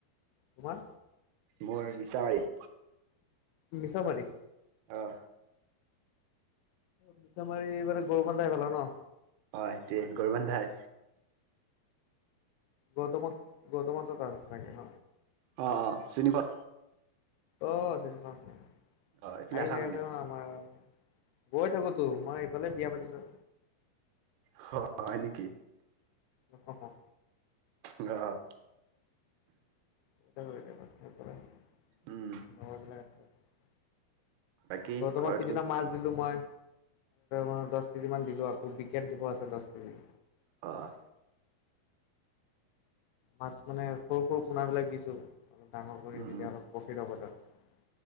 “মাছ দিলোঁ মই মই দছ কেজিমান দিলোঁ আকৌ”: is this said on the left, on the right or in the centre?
Left